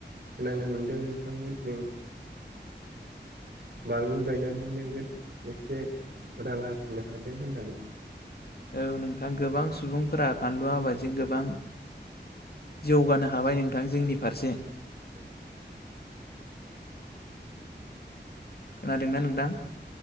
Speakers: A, on the right; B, on the left.
A: खोनानो मोनदों नोंथांमोनथिं बानलु गायनानै नोगोद एसे रां आरजिनो हादों होननानै
B: औ नोंथां गोबां सुबुंफोरा फानलु आबादजों गोबां जौगानो हाबाय नोंथां जोंनि फारसे
A: <unintelligible>
B: खोनादोंना नोंथां